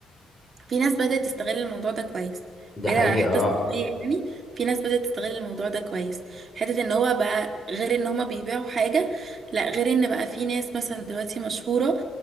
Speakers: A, on the right (about 45°); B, on the left (about 20°).
A: في ناس بدأت تستغل الموضوع ده كويس
B: ده
A: بعيدا
B: حقيقة
A: عن حتة السلبية
B: اه
A: يعني في ناس بدأت تستغل الموضوع ده كويس حتة ان هو بقى غير ان هما بيبيعوا حاجة لا غير ان بقى في ناس مثلا دلوقتي مشهورة